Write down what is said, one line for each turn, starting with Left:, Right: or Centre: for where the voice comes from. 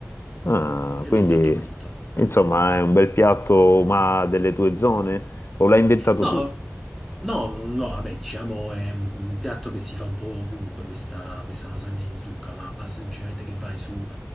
Left: Ah,
Centre: ed
Left: quindi
Centre: è tutto pronto.
Left: insomma è un bel piatto, ma delle tue zone? O l'hai inventato
Centre: No,
Left: tu?
Centre: No, no, vabbè, diciamo è un, un piatto che si fa un po' ovunque questa, questa lasagna di zucca, ma basta semplicemente che vai su,